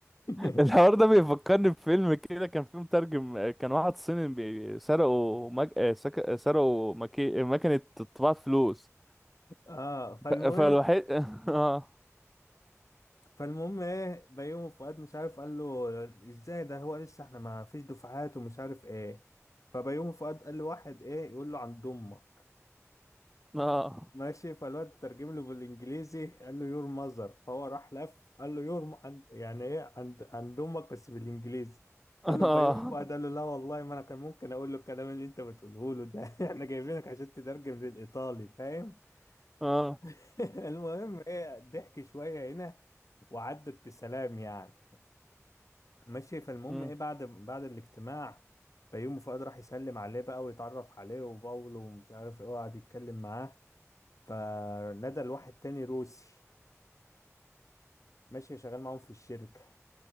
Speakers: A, on the left (about 80°); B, in the centre.
A: <laughs>
B: الحوار ده بيفكرني بفيلم كده كان فيه مترجم كان واحد صيني بي- سرقوا مج... آه، سك- سرقوا مكي... مكنة طباعة فلوس
A: اه فالمهم
B: ف- فالوحيد <laughs> اه
A: فالمهم ايه بيومي فؤاد مش عارف قال له ازاي ده هو لسه احنا ما فيش دفعات ومش عارف ايه فبيومي فؤاد قال له واحد ايه يقول له عند امك
B: اه
A: ماشي فالواد ترجم له بالانجليزي قال له يور ماذر فهو راح لف قال له يور م... عند- يعني ايه عند عند امك بس بالانجليزي
B: اه
A: قال له بيومي فؤاد قال له لا والله ما انا كان ممكن اقول له الكلام اللي انت بتقوله له ده <laughs> احنا جايبينك عشان تترجم للايطالي فاهم
B: اه
A: <laughs> المهم ايه ضحك شويه هنا وعدت بسلام يعني ماشي فالمهم
B: مم.
A: ايه بعد بعد الاجتماع بيومي فؤاد راح يسلم عليه بقى ويتعرف عليه وباولو ومش عارف ايه وقعد يتكلم معاه فندى لواحد تاني روسي ماشي شغال معاهم في الشركة